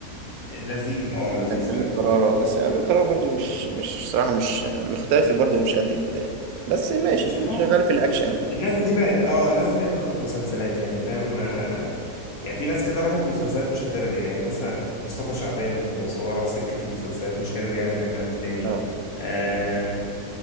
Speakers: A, on the left; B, on the right.
A: لذيذ اه لذيذ
B: كان امير
A: فعلا
B: كرارة بس امير كرارة برضه مش مش صراحه مش مختفي برضه مش قد كده يعني بس ماشي
A: مش أو
B: شغال في الاكشن
A: الناس دي بقت اه الناس دي بقت راحت مسلسلات يعني فاهم آه، يعني في ناس كده راحت مسلسلات مش هترجع يعني بس مصطفى شعبان خلاص هو راح سكة المسلسلات مش هيرجع يعمل افلام تاني
B: اه
A: آه